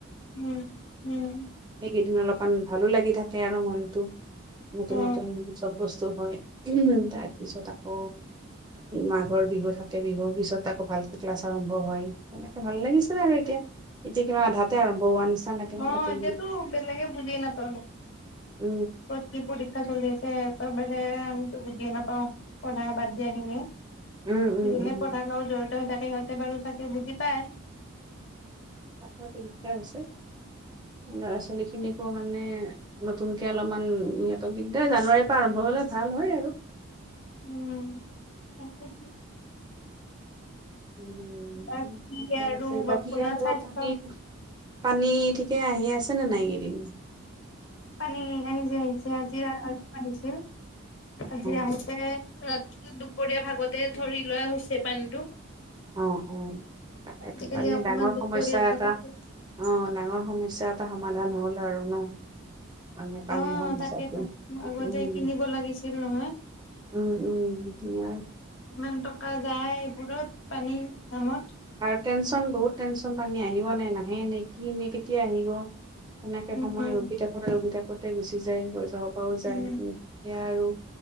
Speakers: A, on the left; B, on the right.
A: উম উম
B: সেইকেইদিন অলপ অকমান ভালো লাগি থাকে আৰু মন দু নতুন
A: অ
B: নতুন চব বস্তু হয় উ তাৰ পিছত আকৌ মাঘৰ বিহু থাকে বিহুৰ পিছত আকৌ ভালকে ক্লাছ আৰম্ভ হয় সনেকে ভাল লাগিছিল নে আৰু এতিয়া এতিয়া কিবা আধাতে আৰম্ভ হান চানতে
A: অ এতিয়াতো বেলেগে বুজি নাপাব
B: এ
A: ক'ত কি পৰীক্ষা চলি আছে ত বুজিছ নাপাওঁ পঢ়া বাদ দিয়া খিনি যোনে
B: উম উম উম
A: পঢ়াৰ লগও জড়িত হৈ থাকে সিহঁতে বাৰু চাগে বুজি পায়
B: পাথৰ তিনিটা আছে। ল'ৰা ছোৱালী খিনিকো মানে নতুনকে অলপমান সিহঁতক দিগদাৰ জানুৱাৰীৰ পৰা আৰম্ভ হলে ভাল হয় আৰু।
A: উম <unintelligible>
B: উম
A: বাকী
B: ঠিকে
A: আৰু
B: আছে। বাকী
A: আপোনা
B: আৰু
A: স্বাস্থ্য।
B: পানী পানী ঠিকে আহি আছে নে নাই এই কেইদিন।
A: পানী আহি যে আহিছে আজি আজি আহিছিল আজি আহোঁতে
B: অ
A: ৰা দুপৰীয়া ভাগতে ধৰি লোৱা হৈছে পানীটো
B: অ অ তাকেইটো
A: আজিকালি
B: পানীৰ
A: অকমান
B: ডাঙৰ
A: দুপৰীয়া
B: সমস্যা
A: ভাগতো
B: এটা অ ডাঙৰ সমস্যা এটা সমাধান হ'ল আৰু ন। মানে পানীৰ
A: অ
B: সমস্যাটো।
A: তাকেইেতো আগতে
B: উম,
A: কিনিব লাগিছিল নহয়
B: উম, উম, উম।
A: কিমান টকা যায় সেইবোৰত। পানীৰ নামত।
B: আৰু টেনচন বহুত টেনচন পানী আহিব নে নাহে নে কি নে কেতিয়া আহিব। হেনেকে
A: উম
B: সময় ৰখি থাকোঁতে ৰখি থাকোঁতে। আগতে গুচি যায় হৈ যাওক <unintelligible> যায়
A: উম
B: কি। এয়া আৰু